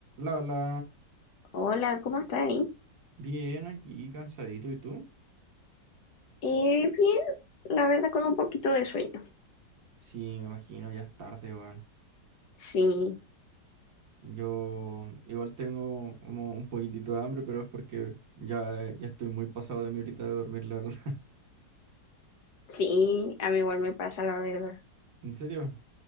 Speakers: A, on the right; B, on the left.
A: La, la,
B: Hola, ¿cómo estás ahí?
A: bien aquí, cansadito, ¿y tú?
B: Eh, bien, la verdad con un poquito de sueño.
A: Sí, me imagino, ya es tarde, weón.
B: Sí,
A: Yo igual tengo como un poquitito de hambre, pero es porque ya, eh, ya estoy muy pasado de mi horita de dormir, la verdad. <laughs>
B: sí, a mí igual me pasa la verdad.
A: ¿En serio?